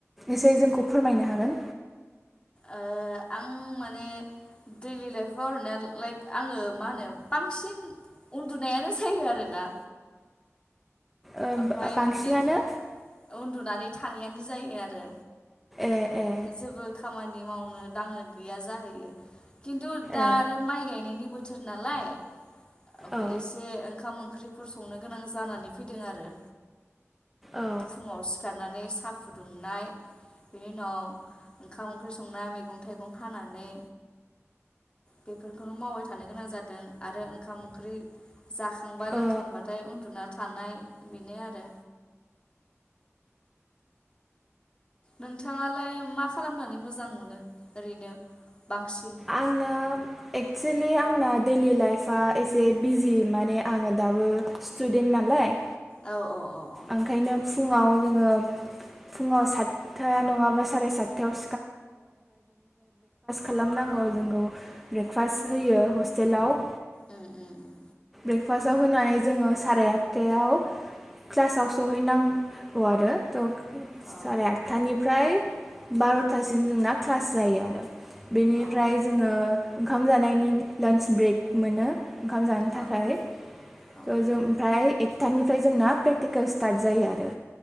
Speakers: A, in the centre; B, on the left.
A: एसे जोंखौ फोरमायनो हागोन।
B: ओ आं माने दैलि लाइफआव ओरो लाइक आङो मा होनो बांसिन उन्दुनायानो जायो आरोना।
A: ओ
B: ओमफाय
A: बांसिनानो
B: दिन उन्दुनानै थानायानो जायो आरो।
A: ए ए
B: जेबो खामानि मावनो दांनो गैया जाहैयो। खिन्थु दा
A: ए
B: आरो माइ गायनायनि बो नालाय ओमफ्राय
A: औ
B: एसे ओंखाम ओं ओंख्रिफोर सनो गोनां जानानै फै दों आरो।
A: औ
B: फुङाव सिखारनानै सा फुदुंनाय बेनि उनाव ओंखाम ओंख्रि संनाय मैगं थाइगं हानानै बेफोरखौनो मावबाय थानो गोनां जादों आरो ओंखाम ओंख्रि जाखांबा लोंखांबाथाय
A: ओ
B: उन्दुना थानाय बेनो आरो। नोंथाङालाय मा खालामनानै मोजां मोनो ओरैनो। बांसिन
A: आंना। एक्सुलि आंना दैलि लाइफ आ एसे बिजि माने आङो दाबो स्टुदेन्ट नालाय।
B: औ औ औ। औ
A: ओंखायनो फुङाव जोङो फुङाव सातथाया नङाबा साराय सातथायाव। खालामनांगौ
B: औ
A: जोंखौ। ब्रेकफास्ट होयो हस्टेलाव।
B: उम उम उम
A: ब्रेकफास्टाव होनानै जोङो। साराय आटथायाव क्लासाव सहैनांगौ आरो। द'
B: अ औ
A: सारे आतथानि फ्राय बार'थासिम जोंना क्लास जायो आरो। बेनिफ्राय
B: अ
A: जोङो ओंखाम जानायनि लान्च ब्रेक मोनो ओंखाम ज ओमफ्राय
B: अ औ
A: थ जों ओमफ्राय सथानिफ्राय जोंना प्रेकटिकेल स्टार्ट जायो आरो।